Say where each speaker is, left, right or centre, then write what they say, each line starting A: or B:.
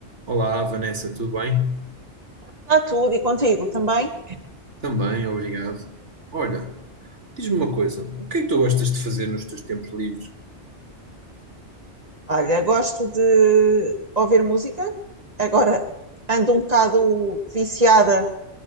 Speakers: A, on the right; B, on the right.
A: Olá, Vanessa, tudo bem?
B: Está tudo e contigo também.
A: Também, obrigado. Olha, diz-me uma coisa, o que é que tu gostas de fazer nos teus tempos livres?
B: Olha, gosto de ouvir música. Agora ando um bocado viciada